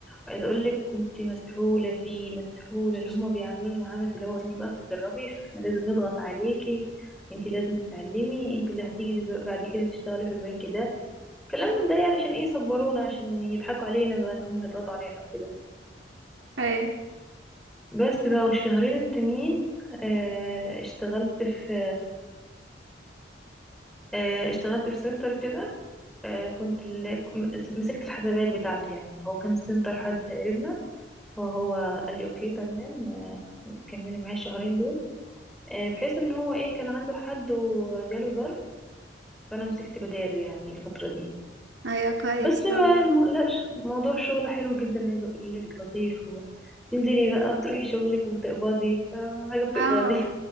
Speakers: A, in the centre; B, on the right (about 75°).
A: عايزة أقول لك كنت مسحولة فيه مسحولة اللي هما بيعاملوني معاملة اللي هو أنت بقى بتتدربي فاحنا لازم نضغط عليكي أنت لازم تتعلمي أنت اللي هتيجي دلو- بعد كده تشتغلي في البنك ده كلام من ده يعني عشان إيه يصبرونا عشان يضحكوا علينا بقى إن هم هيضغطوا علينا وكده
B: ايوه
A: بس بقى والشهرين التانيين آه، اشتغلت في آه، اشتغلت في سنتر كده آه، كنت ال- م- مسكت الحسابات بتاعته يعني هو كان سنتر حد قريبنا فهو قال لي اوكي تمام آه، كملي معايا الشهرين دول آه، بحيث ان هو ايه كان عنده حد وجاله ظرف فانا مسكت بداله يعني الفترة دي
B: ايوه كويس
A: بس بقى
B: طبعا
A: الم... لا ش- موضوع شغله حلو جدا عايزة اقول لك لطيف و... تنزلي بقى بتروحي شغلك وبتقبضي فاهمة؟ حاجة بتقبضي
B: اه